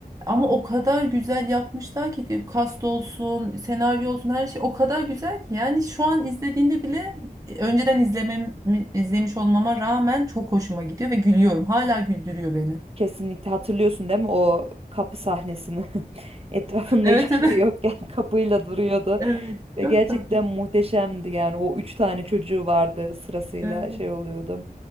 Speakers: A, on the right (about 20°); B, on the right (about 40°).
A: Ama o kadar güzel yapmışlar ki kast olsun, senaryo olsun her şey o kadar güzel ki yani şu an izlediğinde bile e, önceden izlemem izlemiş olmama rağmen çok hoşuma gidiyor ve gülüyorum. Hala güldürüyor beni.
B: Kesinlikle hatırlıyorsun değil mi o kapı sahnesini? <laughs> Etrafında
A: Evet
B: hiçbir
A: evet.
B: şey yokken
A: <laughs>
B: <laughs> kapıyla duruyordu
A: Evet,
B: ve
A: çok
B: gerçekten
A: tatlı.
B: muhteşemdi yani o üç tane çocuğu vardı sırasıyla
A: Evet,
B: şey oluyordu.